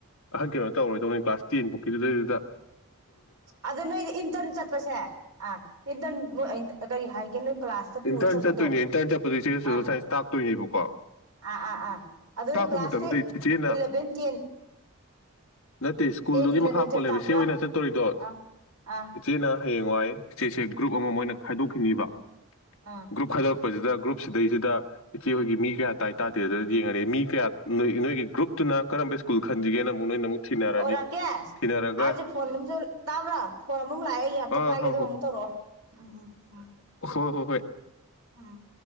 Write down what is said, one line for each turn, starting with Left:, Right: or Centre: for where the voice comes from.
Left: ꯑꯍꯟ ꯀꯩꯅꯣ ꯇꯧꯔꯣꯏꯗꯧꯅꯤ ꯀ꯭ꯂꯥꯁ ꯇꯦꯟ ꯄꯨꯛꯀꯤꯗꯨꯗꯩꯗꯨꯗ
Right: ꯑꯗ ꯅꯣꯏꯗꯤ ꯏꯟꯇꯔꯟ ꯆꯠꯄꯁꯦ ꯑꯥ ꯏꯟꯇꯔꯟ ꯀꯔꯤ ꯍꯥꯏꯒꯦ ꯅꯣꯏ ꯀ꯭ꯂꯥꯁꯇ ꯄꯨꯔ
Left: ꯏꯟꯇꯔꯟ
Right: ꯆꯠꯄꯗꯣ
Left: ꯆꯠꯇꯣꯏꯅꯦ ꯏꯟꯇꯔꯟ ꯆꯠꯄꯗ ꯏꯆꯦ ꯁꯣꯁꯦꯜ
Right: ꯑꯥ
Left: ꯁꯥꯏꯟꯁ ꯇꯥꯛꯇꯣꯏꯅꯦꯕꯀꯣ
Right: ꯑꯥ ꯑꯥ ꯑꯥ ꯑꯗꯨ
Left: ꯇꯥꯛꯄ
Right: ꯀ꯭ꯂꯥꯁꯁꯦ
Left: ꯃꯇꯝꯗ ꯏꯆꯦꯅ
Right: ꯏꯂꯚꯦꯟ ꯇꯦꯟ
Left: ꯅꯠꯇꯦ ꯁ꯭ꯀꯨꯜꯗꯨꯒꯤ
Right: ꯇꯦꯟ ꯏꯂꯚꯦꯟ
Left: ꯃꯈꯥ
Right: ꯇꯨꯌꯦꯜꯞ
Left: ꯄꯣꯜꯂꯦꯕ
Right: ꯇꯥꯛꯄ꯭ꯔꯥ
Left: ꯏꯆꯦ ꯍꯣꯏꯅ ꯆꯠꯇꯣꯏꯔꯤꯗꯣ
Right: ꯑꯥ ꯑꯥ
Left: ꯏꯆꯦꯅ ꯍꯌꯦꯡꯋꯥꯏ ꯆꯦꯆꯦ ꯒ꯭ꯔꯨꯞ ꯑꯃ ꯃꯣꯏꯅ ꯈꯥꯏꯗꯣꯛꯈꯤꯅꯤꯕ
Right: ꯑꯥ
Left: ꯒ꯭ꯔꯨꯞ ꯈꯥꯏꯗꯣꯔꯛꯄꯩꯗꯨꯗ ꯒ꯭ꯔꯨꯞꯁꯤꯗꯩ ꯁꯤꯗ ꯏꯆꯦ ꯍꯣꯏꯒꯤ ꯃꯤ ꯀꯌꯥ ꯇꯥꯏ ꯇꯥꯗꯦ ꯑꯗꯨ ꯌꯦꯡꯉꯔꯦ ꯃꯤ ꯀꯌꯥ ꯅꯣꯏ ꯅꯣꯏꯒꯤ ꯒ꯭ꯔꯨꯞꯇꯨꯅ ꯀꯔꯝꯕ ꯁ꯭ꯀꯨꯜ ꯈꯟꯁꯤꯒꯦꯅ ꯑꯃꯨꯛ ꯅꯣꯏꯅ ꯑꯃꯨꯛ ꯊꯤꯅꯔꯅꯤ
Right: ꯑꯣꯔꯛꯀꯦꯁ
Left: ꯊꯤꯅꯔꯒ
Right: ꯑꯩꯁꯦ ꯐꯣꯟꯑꯃꯁꯨ ꯇꯥꯕ꯭ꯔꯥ ꯐꯣꯟ ꯑꯃꯨꯛ ꯂꯥꯛꯑꯦ ꯑꯩꯝꯇ
Left: ꯑꯥ
Right: ꯄꯥꯏꯒꯦ
Left: ꯍꯣꯏ
Right: ꯑꯗꯨ
Left: ꯍꯣꯏ
Right: ꯑꯃꯨꯛ ꯇꯧꯔꯛꯑꯣ ꯎꯝ ꯎꯝ ꯎꯝ
Left: ꯍꯣꯏ ꯍꯣꯏ ꯍꯣꯏ
Right: ꯎꯝ